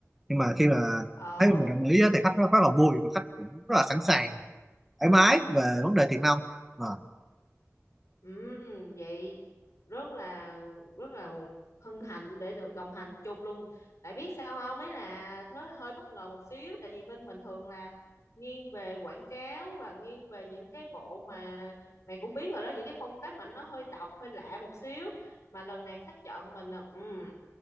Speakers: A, in the centre; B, on the left.
A: nhưng mà khi mà
B: ồ
A: thấy mình đồng ý á, thì khách rất, rất là vui và khách cũng rất là sẵn sàng thoải mái về vấn đề tiền nong à,
B: Ừm, vậy rất là rất là hân hạnh để được đồng hành chung luôn. Tại biết sao không? Ấy là thế hơi bất ngờ một xíu tại vì bên mình thường là nghiêng về quảng cáo và nghiêng về những cái bộ mà mày cũng biết rồi đó, những cái phong cách mà nó hơi độc, hơi lạ một xíu. Mà lần này khách chọn mình là ừm,